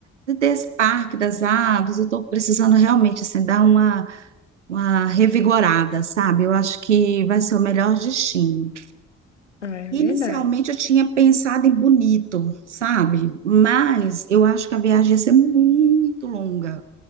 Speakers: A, on the right; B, on the left.
A: de- desse parque das aves. Eu estou precisando realmente assim, dar uma, uma revigorada, sabe? Eu acho que vai ser o melhor destino.
B: Ah, é
A: Inicialmente
B: verdade.
A: eu tinha pensado em Bonito, sabe? Mas eu acho que a viagem ia ser muito longa.